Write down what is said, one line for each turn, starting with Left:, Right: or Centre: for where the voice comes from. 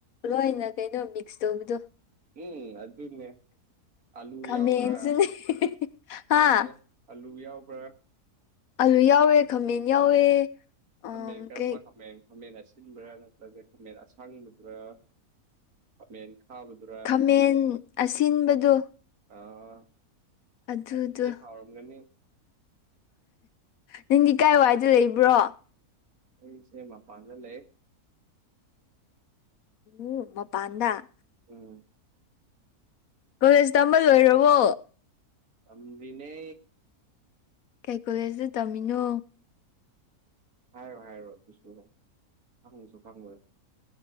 Left: ꯂꯣꯏꯅ ꯀꯩꯅꯣ ꯃꯤꯛꯁ ꯇꯧꯕꯗꯣ
Right: ꯎꯝ ꯑꯗꯨꯅꯦ ꯑꯂꯨ
Left: ꯈꯥꯃꯦꯟꯁꯨꯅꯦ
Right: ꯌꯥꯎꯕ꯭ꯔꯥ
Left: ꯍꯥ
Right: ꯎꯝ ꯑꯜꯂꯨ ꯌꯥꯎꯕ꯭ꯔꯥ
Left: ꯑꯂꯨ ꯌꯥꯎꯋꯦ ꯈꯥꯃꯦꯟ ꯌꯥꯎꯋꯦ ꯎꯝ
Right: ꯍꯃꯦꯟꯒꯔꯝꯕ
Left: ꯀꯩ
Right: ꯍꯃꯦꯟ ꯈꯥꯃꯦꯟ ꯑꯁꯤꯟꯕ꯭ꯔꯥ ꯅꯠꯇ꯭ꯔꯒ ꯈꯥꯃꯦꯟ ꯑꯁꯥꯡꯕꯗꯨꯔꯥ ꯈꯥꯃꯦꯟ ꯍꯥ ꯃꯗꯨꯨꯔꯦ
Left: ꯈꯥꯃꯦꯟ ꯑꯁꯤꯟꯕꯗꯣ
Right: ꯑꯥ
Left: ꯑꯗꯨꯗꯣ
Right: ꯑꯗꯨꯗꯤ ꯍꯥꯎꯔꯝꯒꯅꯤ
Left: ꯅꯪꯗꯤ ꯀꯥꯏ ꯋꯥꯏꯗ ꯂꯩꯕ꯭ꯔꯣ
Right: ꯑꯦ ꯁꯦꯃꯄꯥ ꯑꯅ ꯂꯩꯌꯦ
Left: ꯎ ꯃꯄꯥꯟꯗ
Right: ꯎꯝ
Left: ꯀꯣꯂꯦꯖ ꯇꯝꯕ ꯂꯣꯏꯔꯕꯣ
Right: ꯑꯕꯤꯅꯦ
Left: ꯀꯩ ꯀꯣꯂꯦꯖꯇ ꯇꯝꯃꯤꯅꯣ
Right: ꯍꯥꯏꯔꯣ ꯍꯥꯏꯔꯣ ꯑꯗꯨꯁꯨ ꯈꯪꯉꯨꯁꯨ ꯈꯪꯉꯣꯏ